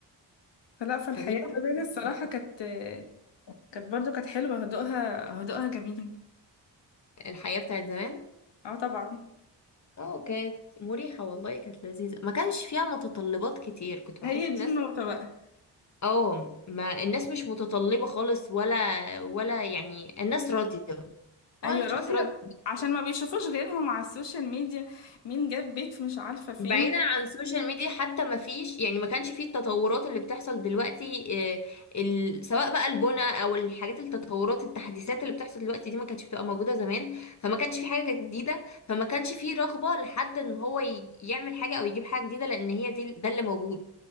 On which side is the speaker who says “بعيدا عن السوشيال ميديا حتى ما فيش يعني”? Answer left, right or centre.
Left